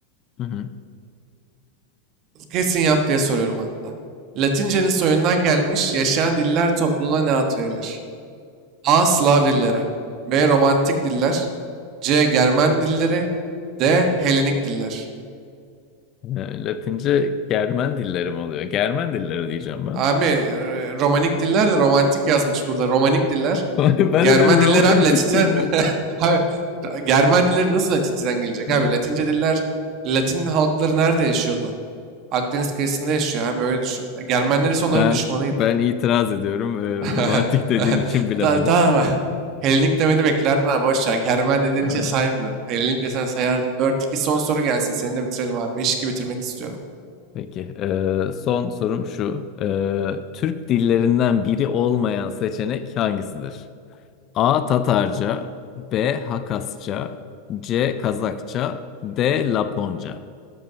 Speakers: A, on the left; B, on the right.
A: Hı hı.
B: Kesin yap diye soruyorum hatta. Latince'nin soyundan gelmiş yaşayan diller topluluğuna ne ad verilir? A. Slav dilleri. B. Romantik diller. C. Germen dilleri. D. Helenik diller.
A: Ee, Latince Germen dilleri mi oluyor? Germen dilleri diyeceğim ben.
B: Abi e, romanik diller de romantik yazmış burada. Romanik diller.
A: <laughs> Ben
B: Germen
A: de diyorum romantik
B: dilleri abi Latince.
A: diline.
B: <laughs> Abi Germen dilleri nasıl Latinceden gelecek
A: Evet.
B: abi? Latince diller Latin halkları nerede yaşıyordu? Akdeniz kıyısında yaşıyor abi öyle düşün. Germenler ise onların
A: Ben
B: düşmanıydı.
A: ben itiraz ediyorum. Ee,
B: <laughs>
A: romantik dediğin için bilemedim.
B: Ta- Tamam. Helenik demeni beklerdim abi boş ver. Germen dediğin
A: Ee,
B: için saymıyorum. Helenik desen sayardım. Dört iki son soru gelsin. Seni de bitirelim abi. beş iki bitirmek istiyorum.
A: Peki. ee, son sorum şu. Ee, Türk dillerinden biri olmayan seçenek hangisidir? A. Tatarca B. Hakasça C. Kazakça D. Laponca